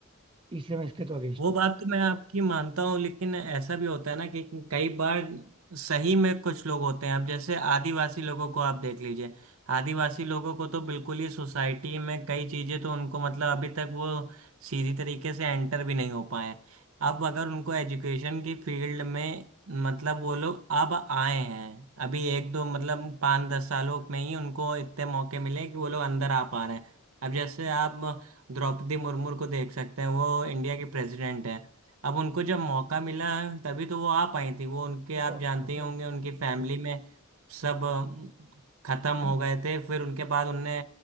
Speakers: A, on the right; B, on the right.
A: इसलिए मैं इसके तो अगेंस्ट
B: वो
A: हूँ
B: बात तो मैं आपकी मानता हूँ लेकिन ऐसा भी होता है ना कि कई बार सही में कुछ लोग होते हैं अब जैसे आदिवासी लोगों को आप देख लीजिए आदिवासी लोगों को तो बिल्कुल ही सोसाइटी में कई चीज़ें तो उनको मतलब अभी तक वो सीधी तरीके से एंटर भी नहीं हो पाए हैं। अब अगर उनको एजुकेशन की फील्ड में मतलब वो लोग अब आए हैं अभी एक दो मतलब पाँच दस सालों में ही उनको इतने मौके मिले कि वो लोग अंदर आ पा रहे हैं अब जैसे आप द्रौपदी मुर्मू को देख सकते हैं वो इंडिया की प्रेसिडेंट है अब उनको जब मौका मिला है तभी तो वो आ पाई थी वो उनके
A: देखो
B: आप जानते
A: अगर
B: ही होंगे उनकी फैमिली में सब अ, खत्म
A: नहीं
B: हो गए थे फिर उनके बाद उनने